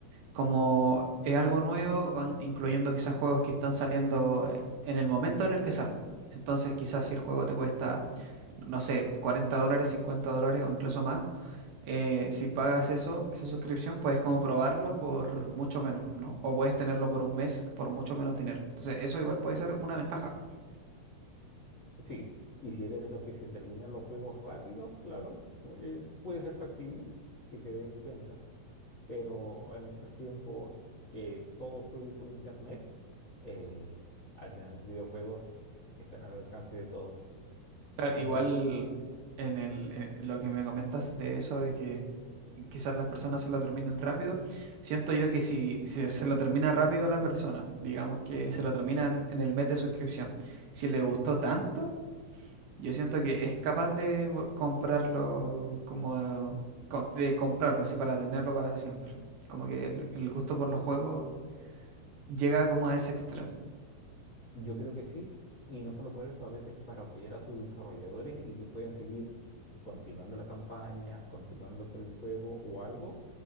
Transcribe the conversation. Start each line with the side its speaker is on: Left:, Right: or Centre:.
Right: como es algo nuevo, van incluyendo quizás juegos que están saliendo en el momento en el que salen. Entonces quizás si el juego te cuesta... no sé, 40 dólares, 50 dólares o incluso más, eh, si pagas eso, esa suscripción, puedes como probarlo por mucho menos, ¿no? O puedes tenerlo por un mes por mucho menos dinero. Entonces, eso igual puede ser una ventaja.
Left: Sí, y si eres de los que se terminan los juegos rápidos, claro, pues puede ser factible que te des cuenta. Pero en estos tiempos que todo fluye por internet, eh, al final los videojuegos están al alcance de todos.
Right: Claro,
Left: No
Right: igual
Left: sé si tú...
Right: en el, eh, lo que me comentas de eso de que quizás las personas se lo terminen rápido, siento yo que si, si se lo termina rápido la persona, digamos que se lo terminan en en el mes de suscripción, si le gustó tanto, Yo siento que es capaz de vo- comprarlo, como de, co- de comprarlo así para tenerlo para siempre. Como que el, el gusto por los juegos llega como a ese extremo.
Left: Yo creo que sí, y no solo por eso, a veces para apoyar a sus desarrolladores y que puedan seguir continuando la campaña, continuando con el juego o algo,